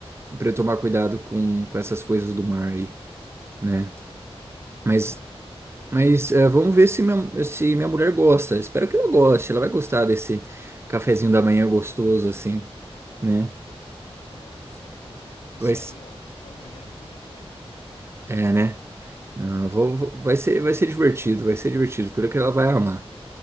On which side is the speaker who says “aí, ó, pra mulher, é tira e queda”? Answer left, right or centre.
Left